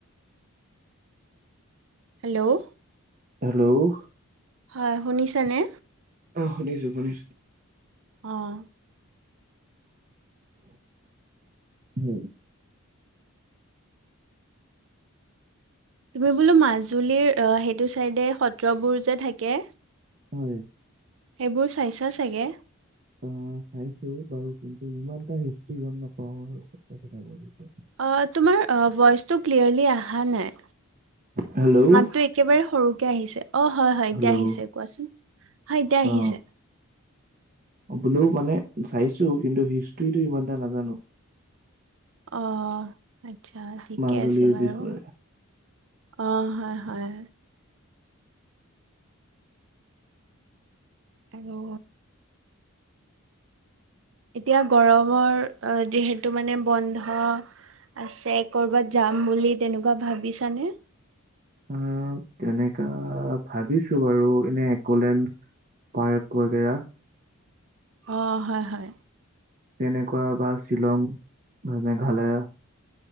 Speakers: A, on the right; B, on the right.
A: হেল্ল'
B: হেল্ল'
A: হয় শুনিচা নে
B: আহ শুনিছো শুনিছো
A: অঁ
B: উম
A: তুমি বোলো মাজুলীৰ অহ সেইটো চাইডে সত্ৰবোৰ যে থাকে
B: হয়
A: সেইবোৰ চাইছা চাগে
B: অ চাইছো বাৰু কিন্তু ইমান এটা হিষ্টি গম নাপাও আৰু সত্ৰবিলাকৰ বিষয়ে
A: অ তোমাৰ ভইচ টো ক্লয়াৰলী আহা নাই
B: হেল্ল'
A: মাতটো একেবাৰে সৰুকে আহিছে অ হয় হয় এতিয়া
B: হেল্ল'
A: আহিছে কোৱাচোন হয় এতিয়া আহিছে
B: অ বোলো মানে চাইছো কিন্তু হিষ্ট্ৰীটো ইমান এটা নাজানো
A: অ আটচা ঠিকে
B: মাজুলীৰ
A: আছে বাৰু
B: বিষয়ে
A: অ হয় হয় আৰু এতিয়া গৰমৰ যিহেতু মানে বন্ধ আছে কৰ'বাত যাম বুলি তেনেকুৱা ভাবিছানে
B: অহ তেনকা ভাবিছো বাৰু এনে অকলে পায়ে বাগেৰা।
A: অ হয় হয়।
B: তেনেকুৱা বা শ্বিলং, মেঘালয়।